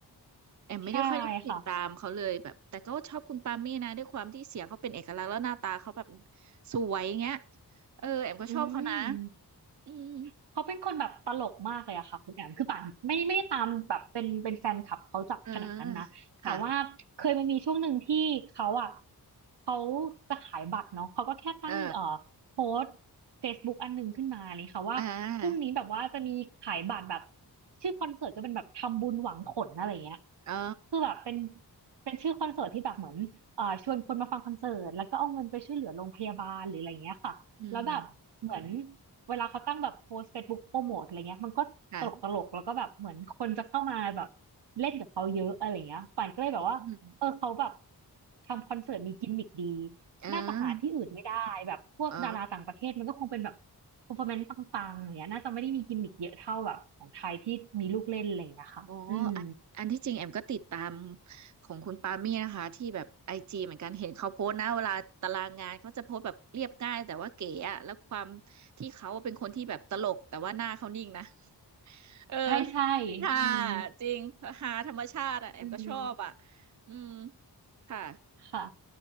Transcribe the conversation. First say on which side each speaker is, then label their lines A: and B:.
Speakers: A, on the right (about 45°); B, on the right (about 80°).
A: แอมไม่ได้ค่อยได้ติดตามเขาเลยแบบแต่ก็ชอบคุณปามี่นะด้วยความที่เสียงเขาเป็นเอกลักษณ์แล้วหน้าตาเขาแบบ
B: ใช่ค่ะ
A: สวยเงี้ยเออแอมก็ชอบเขานะ
B: อืม
A: อืม
B: เขาเป็นคนแบบตลกมากเลยอะค่ะคุณแอมคือป่านไม่ไม่ได้ตามแบบเป็นเป็นแฟนคลับเขาจับขนาดนั้นนะแต่ว่าเคยมันมีช่วงหนึ่งที่เขาอะ
A: เออค่ะ
B: เขาจะขายบัตรเนาะเขาก็แค่ตั้งเอ่อโพสต์
A: เออ
B: Facebook อันหนึ่งขึ้นมาเลยค่ะว่าพรุ่งนี้แบบว่าจะมีขายบัตรแบบ
A: อ่า
B: ชื่อคอนเสิร์ตก็เป็นแบบทำบุญหวังผลอะไรเงี้ย
A: อ๋อ
B: คือแบบเป็นเป็นชื่อคอนเสิร์ตที่แบบเหมือนเอ่อชวนคนมาฟังคอนเสิร์ตแล้วก็เอาเงินไปช่วยเหลือโรงพยาบาลหรืออะไรเงี้ยค่ะแล้วแบบเหมือน
A: อืม
B: เวลาเขาตั้งแบบโพสเฟซบุ๊กโปรโมทอะไรเงี้ยมันก็ตลกตลกแล้วก็แบบเหมือนคนจะเข้ามาแบบ
A: ค่ะ
B: เล่นกับเขาเยอะอะไรเงี้ยป่านก็เลยแบบว่าเออเขาแบบ
A: อืม
B: ทำคอนเสิร์ตมีกิมมิคดี
A: เออ
B: น่าจะหาที่อื่นไม่ได้แบบพวกดาราต่างประเทศมันก็คงเป็นแบบเ
A: เออ
B: e อร์ฟอร์แมนซ์ปังๆอย่างเงี้ยน่าจะไม่ได้มีกิมมิคเยอะเท่าแบบของไทยที่มีลูกเล่นอะไรอย่างเลยนะคะอืม
A: อ๋ออันอันที่จริงแอมก็ติดตามของคุณปามี่นะคะที่แบบไอจีเหมือนกันเห็นเขาโพสต์นะเวลาตารางงานเขาจะโพสต์แบบเรียบง่ายแต่ว่าเก๋อะแล้วความที่เขาเป็นคนที่แบบตลกแต่ว่าหน้าเขานิ่งนะ <laughs> เออ
B: ใช่ใช่
A: ฮา
B: อืม
A: จริงฮาธรรมชาติอะแอมก็ชอบอะ
B: อืม
A: อืมค่ะ
B: ค่ะ